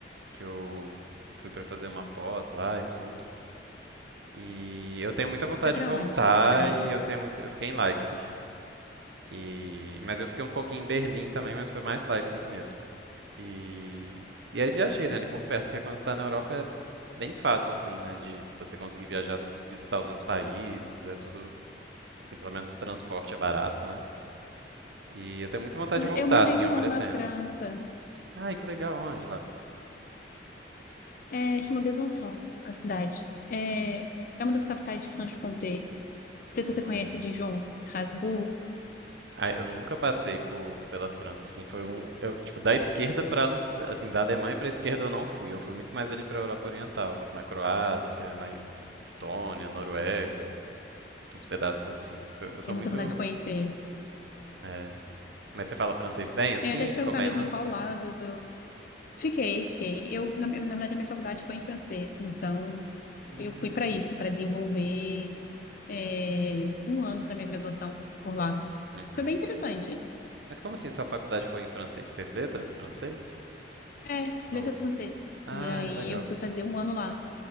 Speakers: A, on the right (about 70°); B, on the left (about 50°).
A: que eu fui para fazer uma pós lá e tudo. E eu tenho muita vontade
B: Foi pra
A: de voltar
B: onde? Qual cidade?
A: e eu tenho muito... eu fiquei em Leipzig. E mas eu fiquei um pouquinho em Berlim também, mas foi mais Leipzig mesmo. E e aí viajei, né, ali por perto, porque quando você tá na Europa é bem fácil assim, né, de você conseguir viajar, visitar os outros países, é tudo assim, pelo menos o transporte é barato, né? E eu tenho muita vontade
B: É,
A: de voltar,
B: Eu morei
A: assim,
B: um
A: eu pretendo.
B: ano na França.
A: Ai, que legal, onde lá?
B: É, chama Besançon, a cidade. É, é uma das capitais de Franche-Comté. sei se
A: Hum.
B: você conhece Dijon, Estrasburgo,
A: Ah, eu nunca passei por pela França, assim, foi um, eu, tipo, da esquerda para, assim, da Alemanha pra esquerda eu não fui, eu fui muito mais ali pra Europa Oriental, tipo, na Croácia, na Estônia, Noruega, uns pedaços assim. Porque Eu eu
B: tenho
A: sou
B: muita
A: muito,
B: vontade de conhecer.
A: é, mas você fala francês bem, assim,
B: Eu ia até te
A: ficou
B: perguntar
A: bem
B: mesmo
A: lá?
B: em qual lado do... Fiquei, fiquei. Eu, na, na verdade, a minha faculdade foi em francês, então
A: Hum.
B: eu fui para isso, para desenvolver é, um ano da minha graduação por lá.
A: Uhum.
B: Foi bem interessante.
A: Mas como assim sua faculdade foi em francês? Fez letras francês?
B: É, letras
A: Ou...
B: francês.
A: Ah,
B: E aí
A: é legal.
B: eu fui fazer um ano lá.